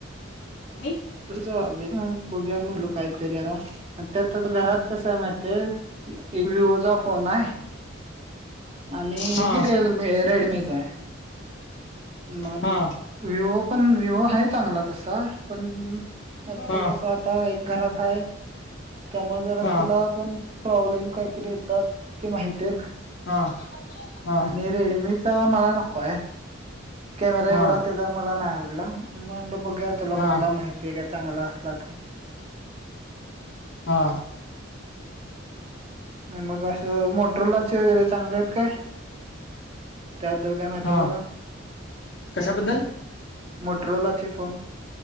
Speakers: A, on the left (about 60°); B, on the right (about 30°).
A: नाही.
B: तसंच व्हायला बघूया म्हणलं काहीतरी याला त्यात घरात कस आहे माहि ''--'' ते एक विवोचा ऑफ. फोन आहे आणि
A: हा
B: एक रियलमी रेडमीचा आहे. मग
A: हा
B: विवो पण विवो आहे चांगला तसा पण त्यात
A: हा
B: तो कस आता एक घरात हाय त्यामुळे जरा
A: हा
B: तिला. पण प्रॉब्लेम काहीतरी येतात ते माहित आहेत.
A: हा हा,
B: आणि रेडमीचा मला नको हाय. कॅमेरा
A: हा
B: एवढा तेचा मला नाही आवडला म्हणल बघुया तुला
A: हा
B: कुठला माहिती आहे का चांगला असला तर.
A: हा,
B: मग असं मोटरलाचे वगैरे चांगले आहेत काय? त्याबद्दल काय माहीत
A: हा
B: तुला?
A: कशाबद्दल
B: मोटरोलाचे फोन.